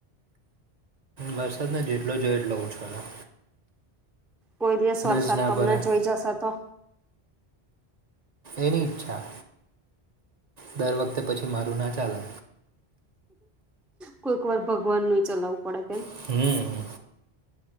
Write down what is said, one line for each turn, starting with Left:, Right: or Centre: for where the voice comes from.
Right: વરસાદ ને જેટલો જોયો એટલો ઓછો હ
Centre: કોઈ દિવસ વરસાદ
Right: જ ના
Centre: તમને
Right: ભરે
Centre: જોઈ જશેતો
Right: એની ઈચ્છા દર વખતે પછી મારુ ના ચાલે
Centre: કોઈક વાર ભગવાન નું ચલાવવું પડે કેમ
Right: હમ્મ